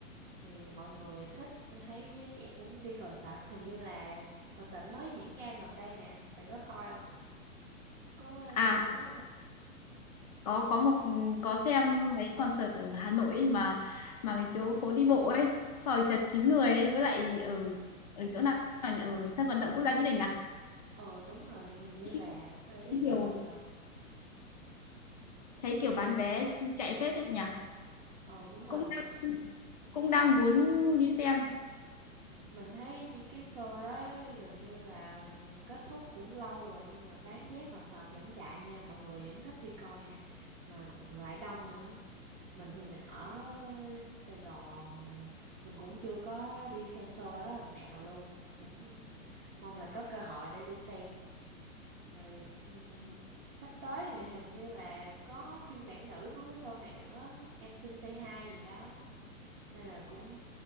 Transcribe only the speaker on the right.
thì mọi người thích thấy giới trẻ cũng đi concert hình như là concert mới diễn ra gần đây nè bạn có coi không có
xem tin tức không
ờ đúng rồi hình như
là thuê cái sân
vận động
ờ đúng rồi
mình
mình thấy như cái show đó gần như là kết thúc cũng lâu rồi nhưng mà bán vé concert vẫn chạy nha mọi người vẫn thích đi coi nha mà còn lại đông nữa mình thì mình ở Sài Gòn mình mình cũng chưa có đi xem show đó lần nào luôn cũng mong là có cơ hội để đi xem rồi ừm, sắp tới thì hình như là có phiên bản nữ của cái show này nữa em xin say hi gì đó nên là cũng